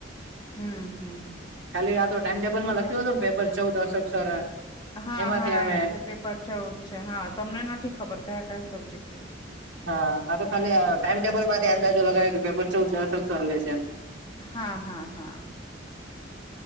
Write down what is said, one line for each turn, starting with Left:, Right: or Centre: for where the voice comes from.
Left: હમ હમ
Right: ખાલી આ તો ટાઈમ ટેબલ માં લખ્યું તું ને પેપર ચૌદ અશોક સર
Left: હા
Right: એમાંથી
Left: હા
Right: અમે
Left: એટલે પેપર ચૌદ છે હા તમને નથી ખબર કયા કયા સબ્જેક્ટ
Right: હા આ તો ખાલી ટાઈમટેબલ માંથી અંદાજો લગાવ્યો કે પેપર ચૌદ અશોક સર લે છે એમ
Left: હા હા હા